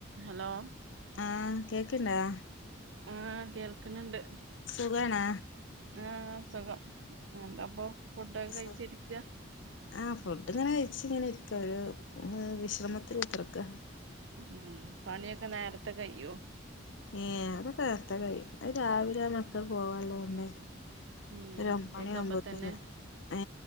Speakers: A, on the right (about 70°); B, on the left (about 65°).
A: Hello
B: ആഹ് കേക്ക്ണ്ടാ
A: ആഹ് കേൾക്ണ് ണ്ട്
B: സുഖണാ
A: ആഹ് സുഖം എന്താപ്പൊ ഫുഡൊക്കെ
B: സു
A: കയ്ച്ചിരിക്കാ
B: ആഹ് ഫുഡ്ങ്ങനെ കയ്ച്ച്ങ്ങനെരിക്കാ ഒരു വിശ്രമത്ത്ല് കുത്ത്റ്ക്കാ
A: ഉം പണ്യോക്കെ നേരത്തെ കയ്യോ
B: ഏ അതൊക്കെ നേരതേ കയും അഹ് രാവിലെ ആ മക്കള് പോവാള്ളൊണ്ട്
A: ഉം
B: ഒരു ഒമ്പ മണി
A: ഒക്കെ
B: ആകുമ്പോത്തന്നെ
A: അപ്പ തന്നെ
B: ഏ